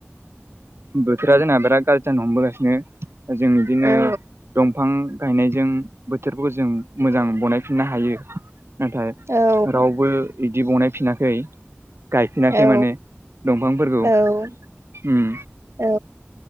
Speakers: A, on the right; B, on the right.
A: बोथोरा जोंना बिराद गाज्रि जानो हमबोगासिनो जों बिदिनो
B: औ
A: दंफां गायनायजों बोथोरखौ जों मोजां बनायफिननो हायो। नाथाय
B: औ
A: रावबो बिदि बनाय फिनाखै। गायफिनाखै
B: औ
A: माने दंफांफोरखौ,
B: औ
A: उम
B: औ।